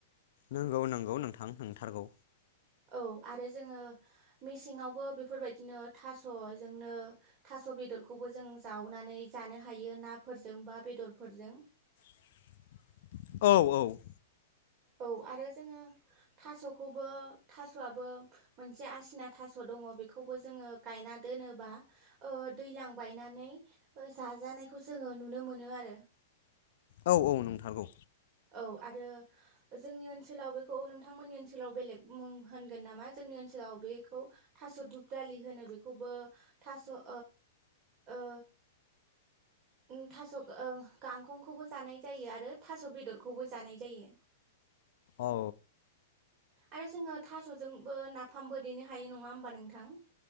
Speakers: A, on the left; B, on the right.
A: नंगौ नंगौ नोंथां नंथारगौ।
B: औ आरो जोङो मेसेङावबो बेफोरबायदिनो थास'जोंनो था थास' बेदरखौबो जों जावनानै जानो हायो नाफोरजों बा बेदरफोरजों।
A: <inaudible> औ औ।
B: औ आरो जोङो थास'खौबो थास'आबो मोनसे आसिना थास' द दङ' बेखौबो जोङो गायना दोनोब्ला ओ दैलां बायनानै ओ जाजानायखो खौ जोङो नुनो मोनो आरो।
A: औ औ नंथारगौ।
B: औ आरो जोंनि ओनसोलाव बेखौ नोंथांमोननि ओनसोलाव बेलेग मुं होनगोन नामा? जोंनि ओनसोल आव बेखौ थास' दुबदालि होनो। बेखौबो थास' ओ ओ ओम थास' ओ गांखंखौबो जानाय जायो आरो थास' बेदरखौबो जानाय जायो।
A: औ।
B: आरो जोङो थास'जोंबो नाफामबो देनो हायो नङा होमबा नोंथां?